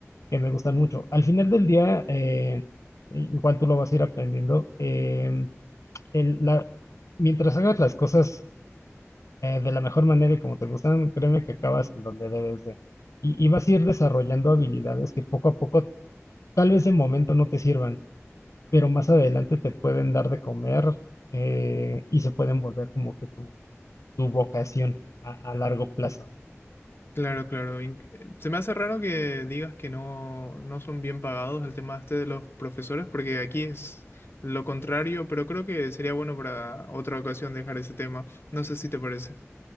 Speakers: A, on the left; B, on the left.
A: que me gustan mucho. Al final del día, eh, i- igual tú lo vas a ir aprendiendo. em, el- la, mientras hagas las cosas eh, de la mejor manera y como te gustan, créeme que acabas en donde debes de. Y, y vas a ir desarrollando habilidades que poco a poco, tal vez de momento no te sirvan, pero más adelante te pueden dar de comer eh, y se pueden volver como que tu, tu vocación a, a largo plazo.
B: Claro, claro. In- eh, Se me hace raro que digas que no, no son bien pagados el tema este de los profesores, porque aquí es lo contrario, pero creo que sería bueno para otra ocasión dejar ese tema. No sé si te parece.